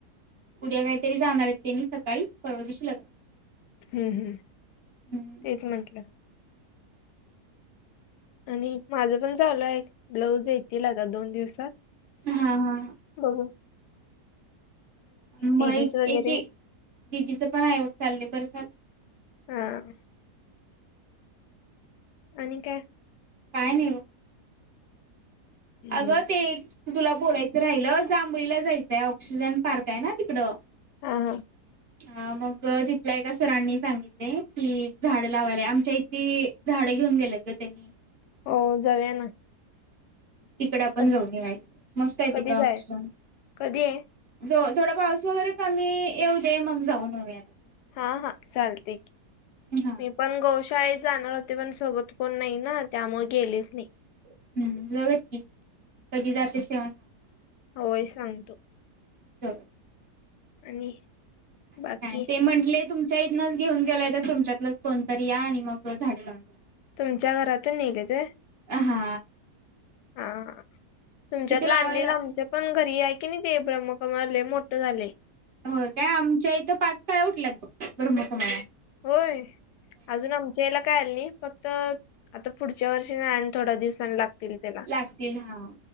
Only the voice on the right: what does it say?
उद्या काहीतरी जाणार आहेत त्यांनी सकाळी परर्वतीशी लग्न
लग्न.
हा हा
मग
एक एक दिदीच पण ऐवक चाललंय बरं चाल
काय नाही
अगं ते तुला बोलायचं राहिलं जांभळीला जायचंय ऑक्सिजन पार्क आहे ना तिकडं
अ मग तिथल्या एका सरांनी सांगितले कि झाड लावायलाय आमच्या इथली झाडं घेऊन गेलेत ग त्यांनी
तिकड आपण
जाऊन मस्त आहे
तिकड हॉस्पिटल
ज थोडा पाऊस वगैरे कमी येऊ दे मग जाऊन होऊ आता
हा
हम्म जवत की कधी जातेस तेव्हा
<unintelligible>
आणि
काय, ते म्हटले तुमच्या इथनच घेऊन गेलोय तर तुमच्यातलंच कोणतरी या आणि मग झाडे लावून जा.
अ... हा
इथे लावायला
हो काय... आमच्या इथं पाच कळ्या उठल्यात फक्त ब्रह्मकमळाला
लागतील हा